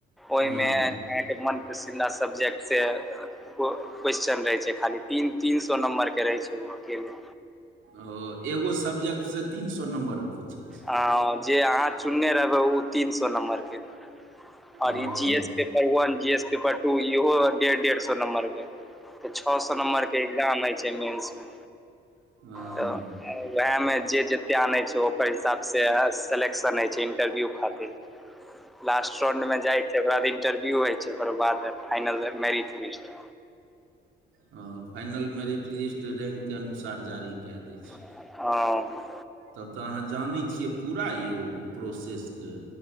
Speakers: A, in the centre; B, on the right.
A: ओहिमे
B: हँ
A: अहाँके मन पसिन्दा सब्जेक्ट से क्वेेशचन रहै छै खाली तीन तीन सौ नम्बरके रहै छै ओ अकेले।
B: ओ एगो सब्जेक्टसँ तीन सौ नम्बरके पूछैत
A: ह जे अहाँ चुनने रहबै ओ तीन सौ नम्बरके आओर
B: ओ
A: ई जी एस के पर one G S paper two इहो डेढ़ डेढ़ सौ नम्बर के तऽ छ सौ नम्बर के एग्जाम होइ छै मेन्स मे
B: ओ
A: तऽ वएह मे जे जते आनै छै ओ ओकर हिसाब सँ सेलेक्शन होइ छै इन्टरव्यू खातिर। लास्ट राउण्डमे जाइ छै ओकरा इन्टरव्यू होइ छै ओकर बाद फाइनल मेरिट लिस्ट
B: हँ फाइनल मैरिट लिस्ट, रैंक के अनुसार जारी कए दै छै।
A: हँ
B: तब तऽ अहाँ जानै छियै पूरा यौ प्रोसेसके।